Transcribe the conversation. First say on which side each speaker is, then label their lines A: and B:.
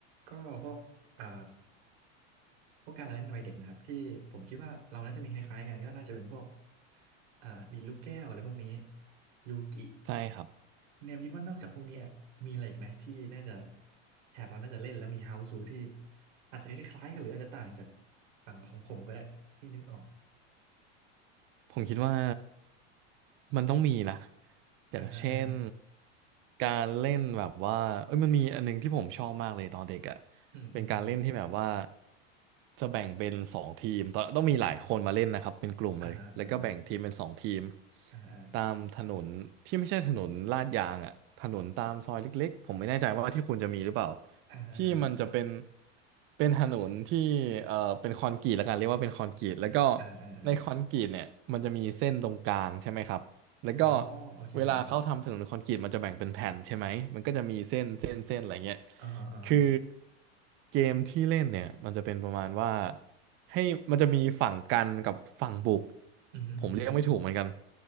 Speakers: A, on the right; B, on the right.
A: ก็พวกอ่าพวกการละเล่นวัยเด็กนะครับที่ผมคิดว่าเราน่าจะมีคล้ายๆกันก็น่าจะเป็นพวกอ่าดีดลูกแก้วอะไรพวกนี้ยูกิ
B: ใช่ครับ
A: เนมคิดว่านอกจากพวกนี้อะมีอะไรอีกไหมที่น่าจะแถบเราน่าจะเล่นแล้วมีเฮาส์ูที่อาจจะคล้ายๆกันหรืออาจจะต่างจากฝั่งของผมก็ได้ที่นึกออก
B: ผมคิดว่ามันต้องมีนะอย่างเช่น
A: อ่าฮะอ่าฮะ
B: การเล่นแบบว่าเอ้ยมันมีอันหนึงที่ผมชอบมากเลยตอนเด็กอ่ะ
A: อืมอืมอืม
B: เป็นการเล่นที่แบบว่าจะแบ่งเป็นสองทีมตอนต้องมีหลายคนมาเล่นนะครับเป็นกลุ่มเลยแล้วก็แบ่งทีมเป็นสองทีม
A: อ่าฮะอ่าฮะอ่าฮะ
B: ตามถนนที่ไม่ใช่ถนนลาดยางอ่ะถนนตามซอยเล็กๆผมไม่แน่ใจว่าที่คุณจะมีหรือเปล่า
A: อ่าฮะอ่าฮะ
B: ที่มันจะเป็นเป็นถนนที่เอ่อเป็นคอนกรีตแล้วกันเรียกว่าเป็นคอนกรีตแล้วก็
A: อ่าอ่าอ่า
B: ในคอนกรีตเนี่ยมันจะมีเส้นตรงกลางใช่ไหมครับแล้วก็
A: อ๋อโอเคผมนึกออก
B: เวลาเขาทำถนนคอนกรีตมันจะแบ่งเป็นแผ่นใช่ไหมมันก็จะมีเส้นเส้นเส้นอะไรเงี้ย
A: อ่าฮะอ่าฮะ
B: คือเกมที่เล่นเนี่ยมันจะเป็นประมาณว่าให้มันจะมีฝั่งกันกับฝั่งบุก
A: อือฮึอือฮึ
B: ผมเรียกไม่ถูกเหมือนกัน